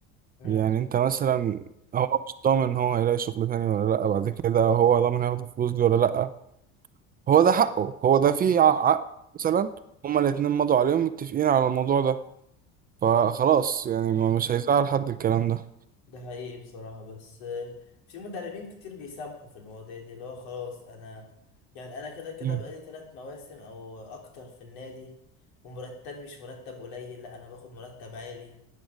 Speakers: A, on the left (about 80°); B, on the right (about 30°).
A: امم
B: يعني انت مثلا هو مش ضامن ان هو هيلاقي شغل تاني ولا لا بعد كده هو ضامن هياخد الفلوس دي ولا لا هو
A: هو اصلا
B: ده حقه هو ده
A: امم
B: فيه ع- عقد مثلا هما الاتنين مضوا عليهم متفقين على الموضوع ده فخلاص
A: امم
B: يعني ما- مش هيزعل حد الكلام ده
A: ده حقيقي بصراحة بس آه، في مدربين كتير بيسامحوا في المواضيع دي اللي هو خلاص انا يعني انا كده كده
B: مم.
A: بقالي ثلاث مواسم او اكتر في النادي ومرتب مش مرتب قليل لا انا باخد مرتب عالي